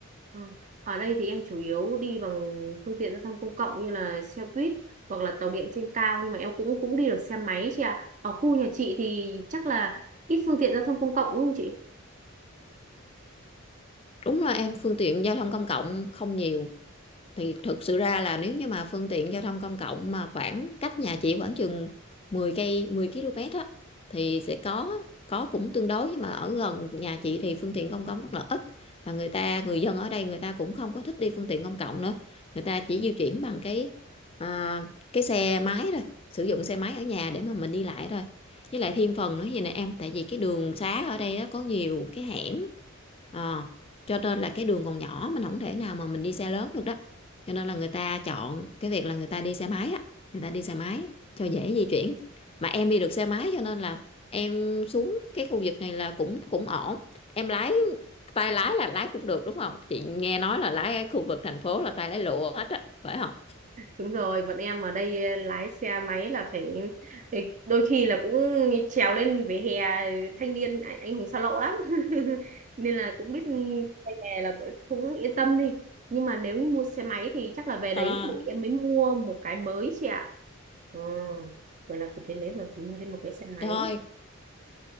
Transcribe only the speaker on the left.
đúng là em phương tiện giao thông công cộng không nhiều thì thực sự ra là nếu như mà phương tiện giao thông công cộng mà khoảng cách nhà chị khoảng chừng 10 cây 10 km á thì sẽ có có cũng tương đối nhưng mà ở gần nhà chị thì phương tiện công cộng rất là ít và người ta người dân ở đây người ta cũng không có thích đi phương tiện công cộng nữa người ta chỉ di chuyển bằng cái à, cái xe máy thôi sử dụng xe máy ở nhà để mà mình đi lại thôi với lại thêm phần nữa vậy nè em tại vì cái đường xá ở đây á, có nhiều cái hẻm Ờ, cho nên là cái đường còn nhỏ mình không thể nào mà mình đi xe lớn được đó cho nên là người ta chọn cái việc là người ta đi xe máy á người ta đi xe máy cho dễ di chuyển mà em đi được xe máy cho nên là em xuống cái khu vực này là cũng cũng ổn em lái tay lái là lái cũng được đúng không chị nghe nói là lái ở khu vực thành phố là tay lái lụa hết á phải không
Ờ,
rồi